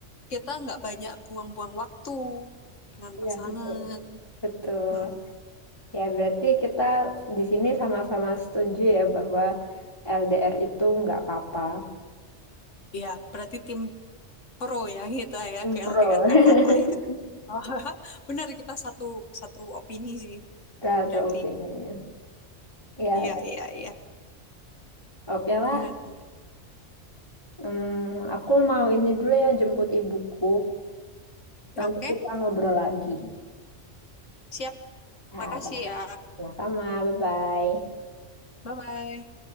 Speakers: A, on the left (about 90°); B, on the left (about 20°).
A: kita nggak banyak buang-buang waktu dengan
B: iya
A: pasangan.
B: betul. Betul.
A: Mm-mm.
B: Ya, berarti kita di sini sama-sama setuju ya bahwa LDR itu nggak apa-apa.
A: Iya, berarti tim pro ya kita ya
B: Umpro.
A: ke LDR
B: <laughs>
A: nggak apa-apa ya. <laughs> Benar kita satu satu opini sih.
B: Lah
A: Berarti
B: opini. Ya,
A: iya iya iya
B: oke lah.
A: benar benar.
B: Hmm, aku mau ini dulu ya jemput ibuku. Nanti
A: Oke,
B: kita ngobrol lagi.
A: siap.
B: Ya,
A: Makasih
B: dah.
A: ya.
B: Sama-sama. Bye-bye.
A: Bye-bye.